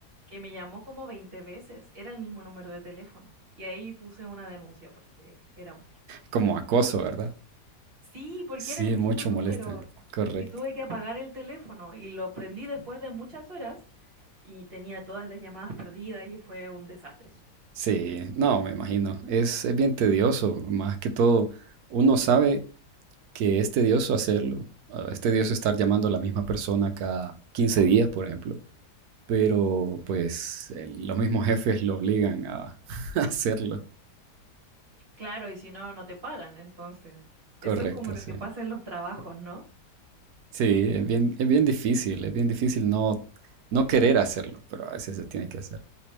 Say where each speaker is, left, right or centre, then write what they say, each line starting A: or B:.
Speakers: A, on the right; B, on the right.
A: que me llamó como 20 veces. Era el mismo número de teléfono. Y ahí puse una denuncia porque era mucho.
B: Como acoso, ¿verdad?
A: Sí, porque
B: Sí,
A: era el mismo
B: mucho
A: número.
B: molesta. Correcto.
A: Y tuve que apagar el teléfono. Y lo prendí después de muchas horas. Y tenía todas las llamadas perdidas y fue un desastre.
B: Sí, no, me imagino. Es, es bien tedioso. Más que todo, uno sabe que es tedioso hacerlo. Ah, Es tedioso estar llamando a la misma persona cada 15 días, por ejemplo. Pero pues eh, los mismos jefes lo obligan a <laughs> hacerlo.
A: Claro, y si no, no te pagan. Entonces,
B: Correcto,
A: eso es como lo
B: sí.
A: que pasa en los trabajos, ¿no?
B: Sí, es bien, es bien difícil, es bien difícil no, no querer hacerlo, pero a veces se tiene que hacer.